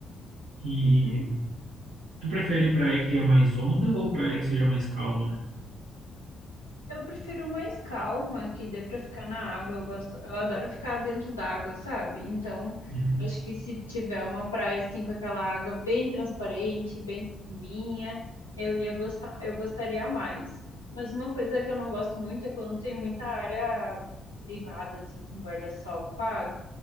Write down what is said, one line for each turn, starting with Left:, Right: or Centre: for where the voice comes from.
Right: E
Left: Uhum.
Right: tu prefere praia que tenha mais onda ou praia que seja mais calma?
Left: Eu prefiro mais calma, que dê pra ficar na água. Eu gosto, eu adoro ficar dentro d'água, sabe? Então,
Right: Uhum.
Left: acho que se tiver uma praia assim com aquela água bem transparente, bem calminha, eu ia gostar, eu gostaria mais. Mas uma coisa que eu não gosto muito é quando tem muita área privada assim com guarda-sol pago.